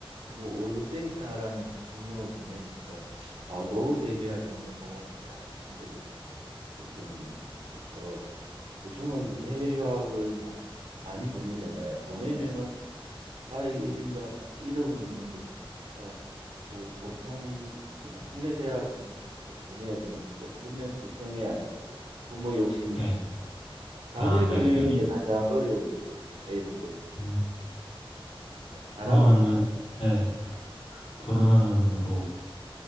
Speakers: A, on the right (about 85°); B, on the left (about 65°).
A: 뭐 월급쟁이 생활하면서 두 명을 보내니까 아, 노후 대비할 돈을 모으는데 아주 힘들어 어떤 경험이 있어서 요즘은 해외 유학을 뭐 많이 보내잖아요. 보내면은 아예 1인당 한 1억 은 드는 것 같으니까 뭐 보통 그냥 국내 대학 보내, 뭐 보내야 되는 또 그러면 또 성에 안 차고 부모 욕심이
B: 네.
A: 있으니까 자녀
B: 아, 네네.
A: 교육이 가장 어려운 것 같아요. 애를 놓으면.
B: 음.
A: 네, 잘하고
B: 그러면은,
A: 사람
B: 네,
A: 음,
B: 그러면은 뭐,